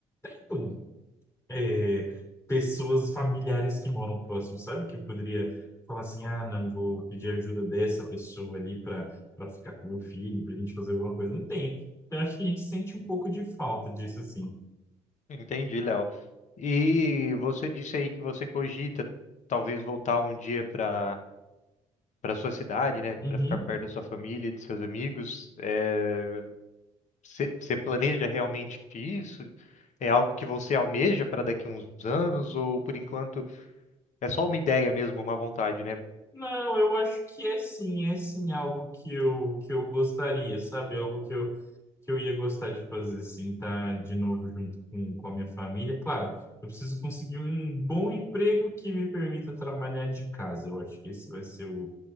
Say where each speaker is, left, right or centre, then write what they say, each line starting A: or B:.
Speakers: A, on the left (about 20°); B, on the left (about 60°).
A: então, é, pessoas familiares que moram próximo, sabe? Que eu poderia falar assim, ah, não, vou pedir ajuda dessa pessoa ali pra, pra ficar com meu filho, pra gente fazer alguma coisa, não tem. Então, eu acho que a gente sente um pouco de falta disso, assim.
B: entendi, Léo. E você disse aí que você cogita talvez voltar um dia para para sua cidade, né, para
A: Uhum.
B: ficar perto da sua família, e de seus amigos. É, você você planeja realmente isso? É algo que você almeja para daqui a uns anos ou por enquanto é só uma ideia mesmo, uma vontade, né?
A: Não, eu acho que é sim, é sim algo que eu, que eu gostaria, sabe? Algo que eu, que eu ia gostar de fazer, sim tá de novo junto com, com a minha família. Claro, eu preciso conseguir um bom emprego que me permita trabalhar de casa. Eu acho que esse vai ser o,